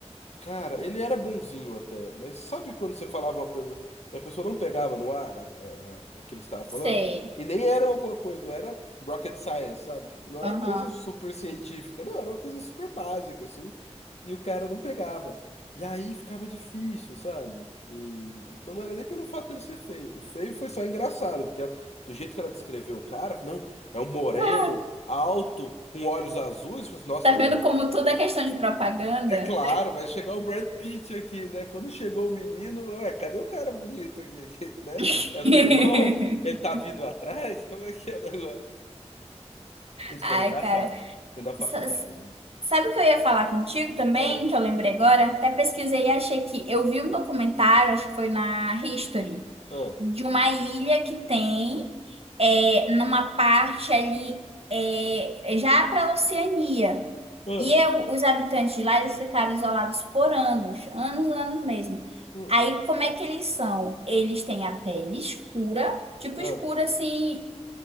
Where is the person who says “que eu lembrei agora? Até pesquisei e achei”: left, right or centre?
Right